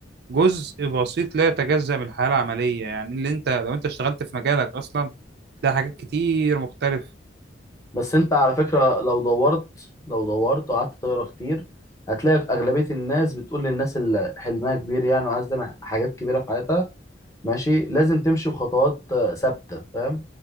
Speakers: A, on the right; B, on the left.
A: جزء بسيط لا يتجزأ من الحياه العمليه يعني اللي انت لو انت اشتغلت في مجالك اصلا تلاقي حاجات كتير مختلفه
B: بس انت على فكره لو دورت لو دورت وقعدت تقرا كتير هتلاقي اغلبيه الناس بتقول للناس اللي حلمها كبير يعني وعايز تعمل حاجات كبيره في حياتها ماشي لازم تمشي بخطوات آه، ثابته فاهم